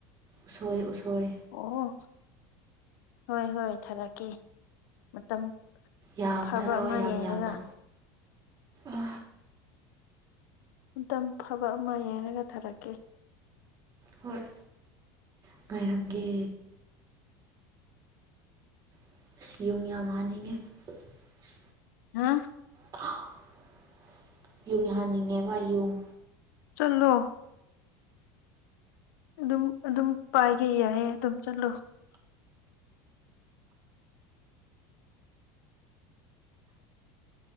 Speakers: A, on the right; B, on the left.
A: ꯎꯁꯣꯏ ꯎꯁꯣꯏ
B: ꯑꯣ ꯍꯣꯏ ꯍꯣꯏ ꯊꯥꯔꯛꯀꯦ ꯃꯇꯝ
A: ꯌꯥꯝ
B: ꯐꯕ
A: ꯊꯥꯔꯛꯑꯣ
B: ꯑꯃ
A: ꯌꯥꯝ
B: ꯌꯦꯡꯉꯒ
A: ꯌꯥꯝꯅ ꯑ
B: ꯃꯇꯝ ꯐꯕ ꯑꯃ ꯌꯦꯡꯔꯒ ꯊꯥꯔꯛꯀꯦ
A: ꯍꯣꯏ ꯉꯥꯏꯔꯝꯒꯦ <unintelligible>
B: ꯍꯥ
A: <unintelligible> ꯌꯨꯡ
B: ꯆꯂꯣ ꯑꯗꯨꯝ ꯑꯗꯨꯝ ꯄꯥꯏꯒꯦ ꯌꯥꯏꯌꯦ ꯑꯗꯨꯝ ꯆꯠꯂꯣ